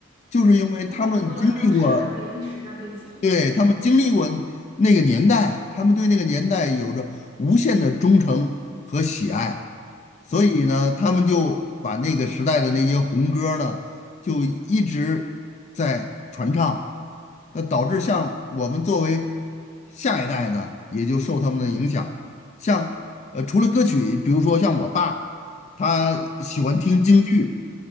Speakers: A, on the left; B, on the right.
A: 就是因为他们经历过，
B: 对，他结合了当时的大背历史大背景。
A: 对，他们经历过那个年代，
B: 嗯，
A: 他们对那个年代有着无限的忠诚和喜爱，所以呢，
B: 对，
A: 他们就把那个时代的那些红歌儿呢，就一直在传唱，那导致像我们作为下一代呢，也就受他们的影响。像呃，除了歌曲，比如说像我爸，他喜欢听京剧，
B: 嗯，